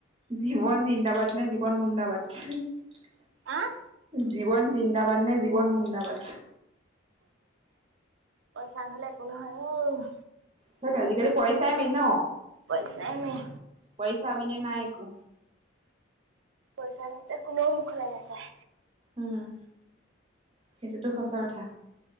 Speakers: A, on the right; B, on the right.
A: জীৱন জিন্দাবাদ নে জীৱন মুন্দাবাদ।
B: আহ।
A: জীৱন জিন্দাবাদ নে জীৱন মুন্দাবাদ।
B: পইচা নহ'লে একো নহয় অ'।
A: সঁচাকে আজিকালি পইচাই মেইন ন।
B: পইচাই মেইন।
A: পইচা বিনে নাই একো।
B: পইচা নাই ত কোনেও মুখলে নাছাই।
A: উম সেইটোতো সঁচা কথা।